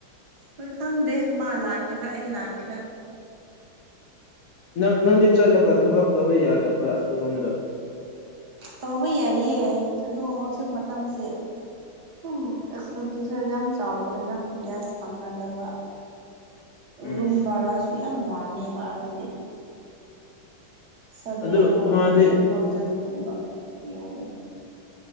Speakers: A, on the right; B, on the left.
A: ꯍꯣꯏ ꯈꯪꯗꯦ ꯃꯥ ꯂꯥꯛꯀꯦꯔꯥ ꯑꯩ ꯂꯥꯛꯀꯦꯔ
B: ꯅꯪ ꯅꯪꯗꯤ ꯆꯠꯂꯒ ꯊꯕꯛ ꯇꯧꯕ ꯌꯥꯗꯕ꯭ꯔꯥ ꯑꯗꯨꯂꯣꯝꯗꯣ
A: ꯇꯧꯕ ꯌꯥꯏꯌꯦ ꯑꯗꯨ ꯍꯧꯖꯤꯛ ꯃꯇꯝꯁꯦ ꯑꯗꯨꯝ ꯑꯦꯛꯁꯄꯦꯟꯗꯤꯆꯔ ꯌꯥꯝ ꯆꯥꯎꯋꯤꯗꯅ ꯒ꯭ꯌꯥꯁ ꯐꯪꯅꯗꯕ
B: ꯎꯝ
A: ꯔꯨꯝ
B: ꯎꯝ
A: ꯕꯔꯥꯁꯨ ꯌꯥꯝ ꯋꯥꯡꯉꯦꯕ ꯑꯗꯨꯗꯤ ꯁꯚꯦꯟ
B: ꯑꯗꯨ
A: ꯊꯥꯎꯖꯟ
B: ꯃꯥꯗꯤ
A: ꯑꯦꯠ ꯊꯥꯎꯖꯟꯒꯨꯝꯕ ꯌꯧꯋꯦꯕ